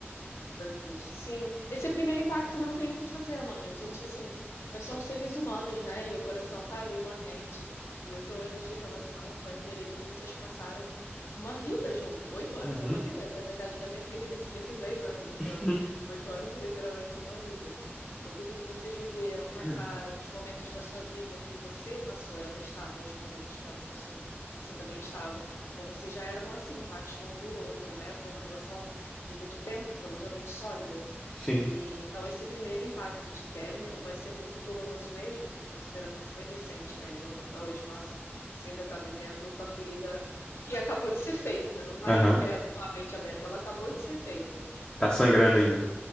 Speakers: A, on the left; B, on the left.
A: Foi triste. Sim, esse primeiro impacto não tem o que fazer, mano. A gente, assim, nós somos seres humanos, né? E o coração tá ali latente. E oito anos de relação foi um período que vocês passaram uma vida junto. Oito anos
B: Uhum.
A: é uma vida, é quase a idade da minha filha. Minha filha tem 10 anos, então,
B: <laughs>
A: assim, oito anos é literalmente uma vida. Então, tudo que vocês viveram, passaram,
B: <clears throat>
A: os momentos da sua vida que você passou, ela estava, os momentos que ela passou, você também estava. Então, vocês já eram assim, parte um do outro, né? Foi uma relação de muito tempo, provavelmente sólida.
B: Sim.
A: E então esse primeiro impacto de término vai ser muito doloroso mesmo, considerando que foi recente, né? De ontem para hoje, nossa, você ainda está vivendo com a ferida que acabou de ser feita, não está
B: Aham.
A: nem aberta, somente aberta, ela acabou de ser feita.
B: Tá sangrando
A: E
B: ainda.